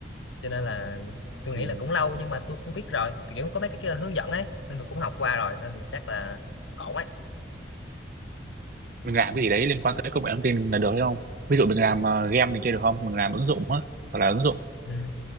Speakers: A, on the left; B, on the right.
A: cho nên là tôi
B: ừ.
A: nghĩ là cũng lâu nhưng mà tôi cũng biết rồi thì kiểu có mấy cái kia hướng dẫn ấy nên tôi cũng học qua rồi nên tôi chắc là ổn ấy
B: mình làm cái gì đấy liên quan tới công nghệ thông tin là được hay không ví dụ mình làm ờ, game này kia được không mình làm ứng dụng á hoặc là ứng dụng
A: ừ.